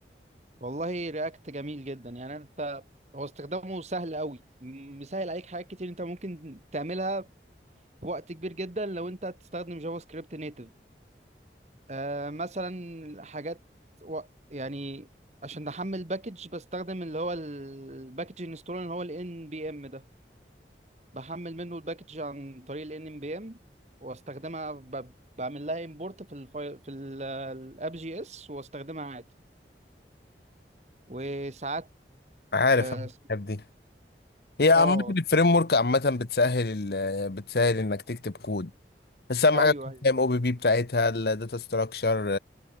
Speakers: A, on the right; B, on the left.
A: والله رياكت جميل جدا يعني انت هو استخدامه سهل قوي م- مسهل عليك حاجات كتير انت ممكن تعملها في وقت كبير جدا لو انت تستخدم جافا سكريبت نيتف آه مثلا حاجات و... يعني عشان احمل باكج بستخدم اللي هو الباكج انستول اللي هو ال NPM ده بحمل منه الباكج عن طريق ال NPM واستخدمها ب... بعمل لها امبورت في الفايل في الاب جي اس واستخدمها عادي وساعات
B: عارف
A: اه
B: أنا الحاجات
A: اسم-
B: دي هي عامة
A: آه،
B: الفريم ورك عامة بتسهل ال- بتسهل انك تكتب كود بس اهم
A: ايوه
B: حاجة تكون
A: ايوه
B: فاهم او بي بي بتاعتها الداتا ستراكشر